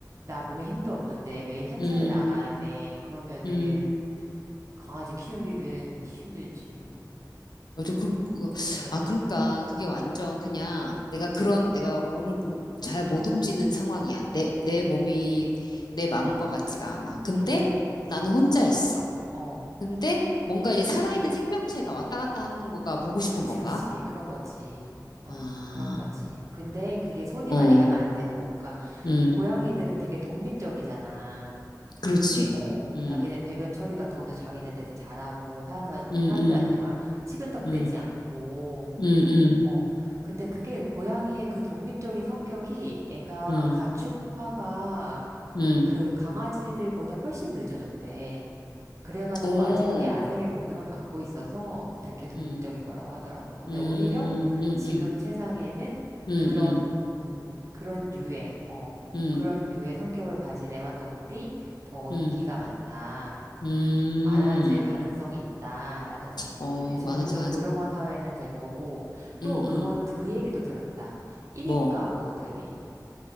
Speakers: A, on the right (about 45°); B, on the left (about 75°).
A: 나 몸에 힘도 없는데, 매일 산책을
B: 음, 음,
A: 나가야 돼. 그러면은,
B: 음.
A: 강아지 키우기는 힘들지.
B: 맞아. 그, 그,
A: 어,
B: 아, 그러니까 그게 완전 그냥 내가
A: 응,
B: 그런 내가 몸을 잘 못 움직이는 상황이야. 내, 내 몸이 내 마음과 같지가 않아. 근데
A: 응, 응,
B: 나는 혼자 있어.
A: 어.
B: 근데 뭔가 이제 살아있는 생명체가 왔다 갔다 하는 거가 보고 싶은
A: 그치,
B: 건가?
A: 그치. 그런 거지. 어,
B: 아,
A: 그런 거지. 근데 그게 손이
B: 어,
A: 많이 가면 안 되고. 그러니까
B: 음,
A: 고양이들은 되게 독립적이잖아.
B: 그렇지.
A: 어,
B: 음,
A: 자기네 배변 처리 같은 것도 자기네들 되게 잘하고, 사람,
B: 음,
A: 사람들한테
B: 음,
A: 막 치근덕대지
B: 음,
A: 않고.
B: 음, 음,
A: 어. 근데 그게 고양이의 그 독립적인 성격이 애가
B: 음,
A: 가축화가
B: 음,
A: 그 강아지들보다 훨씬 늦어졌대. 그래가지고
B: 오,
A: 아직 그 야생의 본능을 갖고 있어서 그 되게 독립적인
B: 음,
A: 거라고 하더라고. 근데
B: 음,
A: 오히려
B: 음,
A: 지금
B: 음.
A: 세상에는
B: 음,
A: 그런,
B: 음,
A: 그런 류의, 어,
B: 음,
A: 그런 류의 성격을 가진 애완동물이 더
B: 음,
A: 인기가 많다.
B: 음.
A: 많아질 가능성이 있다라는 거지.
B: 어,
A: 그 이제 점점
B: 많아지
A: 더
B: 가능성,
A: 고령화 사회는 될 거고,
B: 음,
A: 또 그거,
B: 음.
A: 그 얘기도 들었다. 1인
B: 뭐,
A: 가구들이,